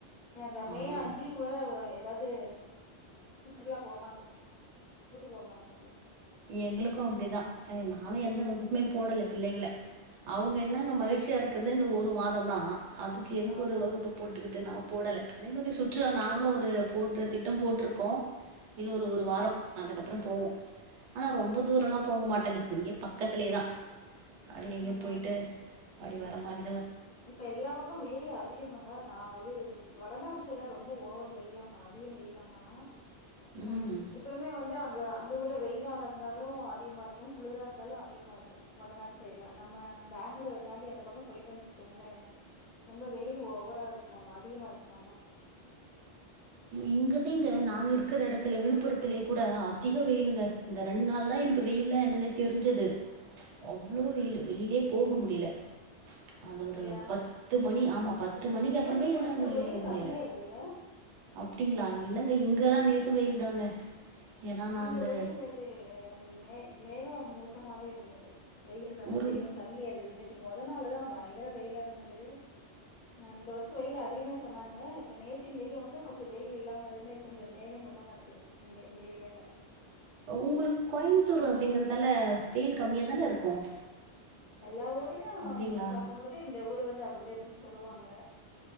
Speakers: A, on the left; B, on the right.
A: அ அந்த மே
B: ஆமாம்
A: அஞ்சுக்கு மேல ஏதாவது இது சுற்றுலா போவாங்க கூட்டு போவாங்க இவுங்க
B: எங்களுக்கு‌ அப்பிடிதா ஏ நானு எந்த அளவுக்கு மேம் போடல பிள்ளைங்கள அவுங்க என்னங்க மகிழ்ச்சியா இருக்கருதே இந்த ஒரு மாதம்தா அதுக்கு எதுக்கு
A: ஆமா,
B: ஒரு வகுப்ப போட்டுக்கிட்டு நான் போடல அதே மாரி சுற்றுலா நாங்களும் ஒரு போட்டு திட்டம் போட்டிருக்கோம் இன்னும் ஒரு ஒரு வாரம் அதுக்கப்புறம் போவோம் ஆனா ரொம்ப தூரம் எல்லாம் போக மாட்டேங்க இங்கேயே பக்கத்திலயே தான் அடி எங்கே
A: ஆமாமா.
B: போயிட்டு படி வர மாரி
A: இப்ப எல்லா பக்கமும் வெயில் அதிகமங்க நா ஏய் வடநாடு சைடுலா ரொம்ப ஓவரு வெயிலாமா அதிக வெயிலாமா அ
B: ம்
A: எப்பயுமே வந்து அங்க அந்த ஊர்ல வெயிலாறந் இருந்தாலும் அதிகமா இருக்கு குளிரா இருந்தாலும் அதிகமா இருக்கும் வடநாடு சைட்ல நம்ம பேங்களூர தாண்டி அந்த பக்கம் போயிட்டோனு வச் ங்களே ரொம்ப வெயில் ஓவரா இருக்குமாமா அதிகமா இருக்குமாமா
B: இங்கதாங்க நாங்க இருக்கிற எடத்துல விழுப்புரத்திலை கூட அதிக வெயிலுங்க இந்த ரெண்டு நாள் தான் எனக்கு வெயில்ல என்னன்னே தெரிஞ்சது அவ்ளோ வெயிலு வெளியிலேயே போக முடியல அது
A: அப்படியா?
B: ஒரு பத்து மணி ஆமா பத்து
A: இப்
B: மணிக்கு
A: நேத்து
B: அப்புறமே
A: கொஞ்சம்
B: என்னால வெளியில
A: வெயில்
B: போக
A: கம்மியா
B: முடியல
A: இருக்குதுல்ல?
B: அப்பிடிங்களா இல்லங்க இங்க எல்லாம் நேத்து வெயில் தாங்க ஏன்னா நான்
A: இங்க
B: அந்த
A: வெயில் நேத்து மே மேகம் மூட்டமாவே இருந்தது வெயில் தான்
B: ஒரு
A: வெயில் கம்மியா இருக்குதுனு இக்கு மொத நாளுதான் பயங்கர வெயிலா இருந்தது இந்த வருஷம் வெயில் அதிகம் தான் சொன்னாங்க இப்ப நேத்து இன்னிக்கு வந்து கொஞ்சம் வெயில் இல்லாம அதே மாரி கொஞ்சம் மேகமூட்டமா இருக்குது இங்க இந்த ஏரியால
B: உங்களுக்கு கோயமுத்தூர் அப்பிடிங்கறதால வெயில் கம்மியா தானே இருக்கும்
A: எல்லா ஊர் பேராவூர்
B: அப்படிங்களா
A: பாக்கும்போது இந்த ஊர் வந்து அப்பிடி ரேப்புனு சொல்லுவாங்க